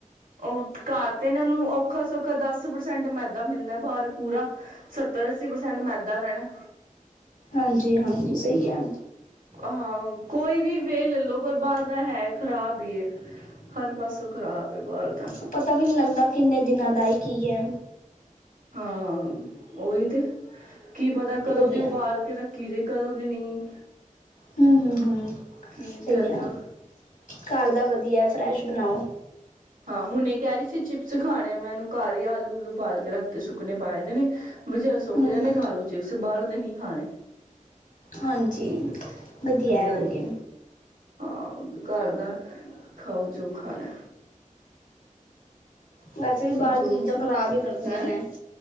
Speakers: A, on the right; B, on the left.
A: ਉਹ ਘਰ ਤੇ ਇਹਨਾਂ ਨੂੰ ਔਖਾ-ਸੌਖਾ ਦਸ ਪ੍ਰਸੈਂਟ ਮੈਦਾ ਮਿਲਦਾ, ਬਾਹਰ ਪੂਰਾ ਸੱਤਰ ਅੱਸੀ ਪ੍ਰਸੈਂਟ ਮੈਦਾ ਰਹਿਣਾ।
B: ਹਾਂਜੀ ਹਾਂਜੀ, ਸਹੀ ਹੈ।
A: ਹਾਂ ਕੋਈ ਵੀ ਵੇ ਲੈਲੋ ਪਰ ਬਾਹਰ ਦਾ ਹੈ। ਖ਼ਰਾਬ ਹੀ ਹੈ। ਹਰ ਪਾਸੋਂ ਖ਼ਰਾਬ। ਬਾਹਰ ਦਾ
B: ਉਹ ਪਤਾ ਵੀ ਨਹੀਂੀ ਲੱਗਦਾ ਕਿੰਨੇ ਦਿਨ ਕਿਨਾਂ ਦਾਾਇਕੀ ਹੈ।
A: ਹਾਂ ਉਹ ਹੀ ਤੇ ਕੀ ਪਤਾ ਕਦੋਂ
B: ਵਧੀਆ।
A: ਦੀ ਉਬਾਲ ਕੇ ਰੱਖੀ ਦੇ ਕਦੋਂ ਦੀ ਨਹੀਂ
B: ਹਮ, ਹਮ, ਹਮ
A: ਕੀ
B: ਸਹੀ
A: ਕਰਨਾ
B: ਹੈ। ਘਰ ਦਾ ਵਧੀਆ ਫਰੈਸ਼ ਬਣਾਓ
A: ਹਾਂ ਹੁਣੇ ਇਹ ਕਹਿ ਰਹੀ ਸੀ ਚਿਪਸ ਖਾਣੇ ਆ। ਮੈਂ ਇਹਨੂੰ ਘਰ ਹੀ ਆਲੂ ਉਲੂ ਬਾਲ ਕੇ ਰੱਖਦੇ ਸੁੱਕਣੇ ਪਾਏ ਦੇਣੇ ਬਜ ਸੁੱਕ
B: ਹੂੰ
A: ਜਾਂਦੇ ਖਾ ਲਓ ਚਿਪਸ ਬਾਹਰ ਦੇ ਨੀ ਖਾਣੇ।
B: ਹਾਂਜੀ। ਵਧੀਆ
A: ਹੂੰ
B: ਹੈ ਹੋਰ ਕਿ।
A: ਹਾਂ ਘਰ ਦਾ ਖਾਓ ਜੋ ਖਾਣਾ
B: ਵੈਸੇ ਵੀ ਬਾਹਰ
A: ਜੋ
B: ਦੀ ਚੀਜ਼ਾਂ ਖ਼ਰਾਬ ਹੀ ਕਰਦੀਆਂ
A: ਹੈਂ
B: ਨੇ